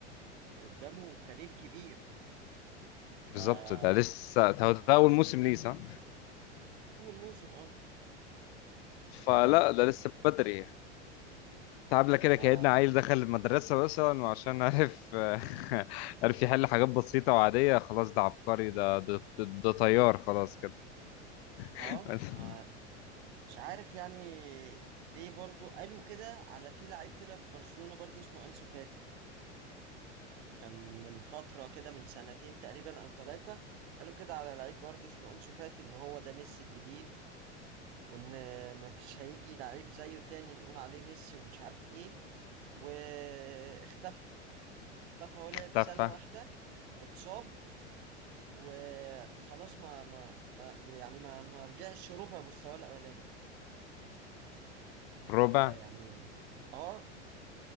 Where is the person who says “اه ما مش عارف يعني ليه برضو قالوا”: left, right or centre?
Right